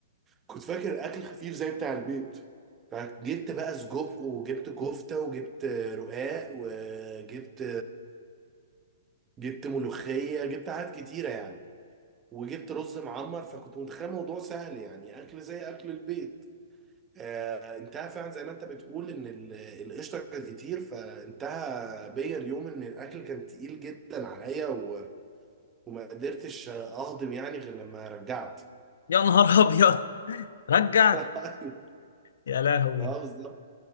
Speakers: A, on the right (about 15°); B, on the left (about 70°).
A: كنت فاكر اكل خفيف زي بتاع البيت فجبت بقى سجق وجبت كفتة وجبت رقاق وجبت جبت ملوخية جبت حاجات كتيرة يعني وجبت رز معمر فكنت متخيل الموضوع سهل يعني اكل زي اكل البيت آه، انتهى فعلا زي ما انت بتقول ان ال- القشطه كانت كتير فانتهى بيا اليوم ان الاكل كان تقيل جدا عليا و... وما قدرتش اهضم يعني غير لما رجعت
B: يا نهار ابيض رجعت
A: <laughs>
B: يا لهوي
A: اه بالظبط